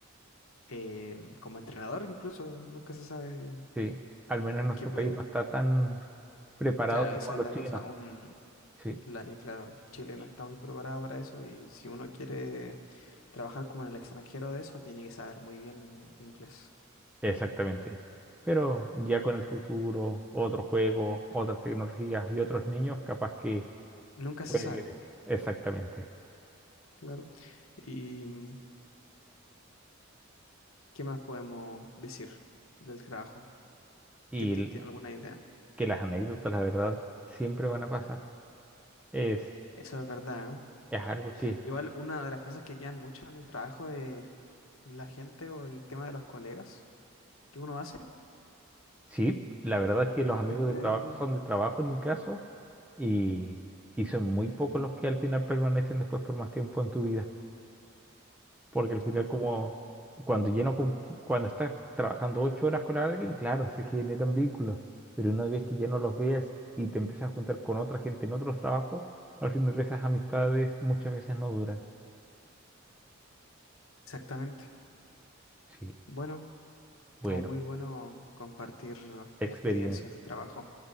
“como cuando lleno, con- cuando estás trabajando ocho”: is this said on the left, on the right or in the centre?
Centre